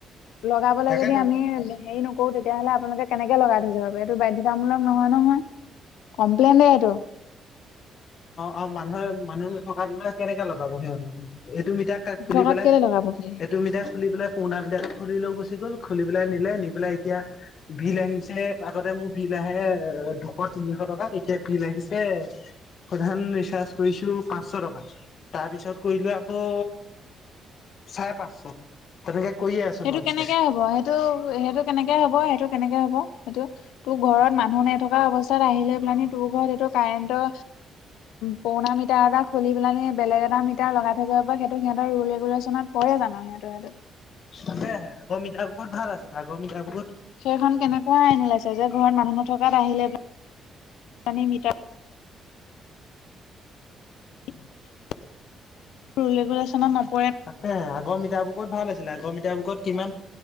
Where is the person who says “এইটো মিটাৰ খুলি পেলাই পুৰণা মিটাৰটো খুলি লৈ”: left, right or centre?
Left